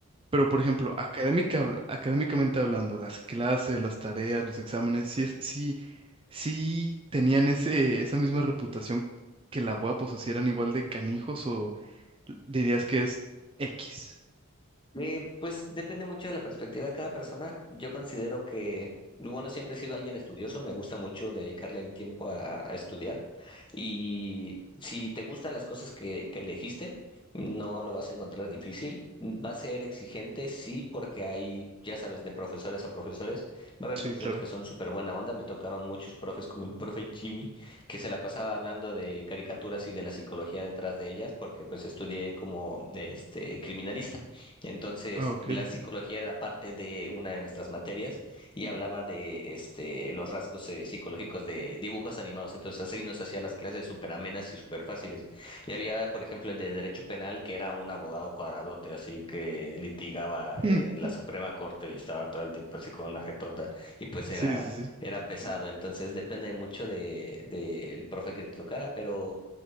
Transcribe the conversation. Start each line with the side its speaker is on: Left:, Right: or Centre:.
Right: Pero, por ejemplo, académica, habl- académicamente hablando, las clases, las tareas, los exámenes, sí, es, sí, sí tenían ese, esa misma reputación que la BUA, pues, o sea, si eran igual de canijos o dirías que es X.
Left: Eh, pues depende mucho de la perspectiva de cada persona. Yo considero que, bueno, siempre he sido alguien estudioso, me gusta mucho dedicarle mi tiempo a, a estudiar y si te gustan las cosas que, que elegiste, no lo vas a encontrar difícil. Va a ser exigente, sí, porque hay, ya sabes, de profesores a profesores. Va a haber
Right: Sí,
Left: profesores
Right: claro.
Left: que son súper buena onda. Me tocaron muchos profes como el profe Jimmy, que se la pasaba hablando de caricaturas y de la psicología detrás de ellas, porque pues estudié como este criminalista. Entonces,
Right: Ah, ok.
Left: la psicología era parte de una de nuestras materias y hablaba de este, los rasgos eh, psicológicos de dibujos animados. Entonces, así nos hacía las clases súper amenas y súper fáciles. Y había, por ejemplo, el de Derecho Penal, que era un abogado cuadradote, así que litigaba
Right: <laughs>
Left: en la Suprema Corte y estaba todo el tiempo así con una jetota. Y pues era,
Right: Sí, sí, sí.
Left: era pesado. Entonces, depende mucho de, del profe que te tocara, pero